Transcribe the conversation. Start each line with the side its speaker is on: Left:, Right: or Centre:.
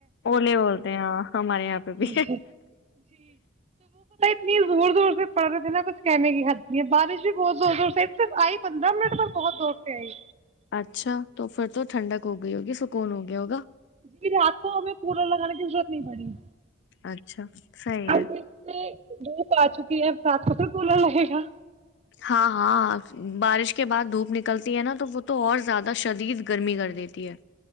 Left: اوولے بولتے ہاں ہمارے یہاں پہ
Right: لوگ
Left: بھی
Right: نہیں دور دور سے پڑ رہ تھ نا کچ کیمے کی حد یہ بارش بھی بہت زور زور سےف آئی پندرہ منٹ پر بہت دور سے آئی
Left: اچھا تو پھر تو ٹھنڈک ہو گئی ہوگی سکون ہو گیا ہوگا
Right: جی رات کو ہمیں کوورر لگانے کی ضرورت نہیں پڑی
Left: اچھا صحیح
Right: ہم
Left: ہے
Right: سے لوپ آ چکی ہے سات کو تو بلا مہیشہ
Left: ہاں ہاں بارش کے بعد دھوپ نکلتی ہے نا تو وہ تو اور زیادہ شدید گرمی کر دیتی ہے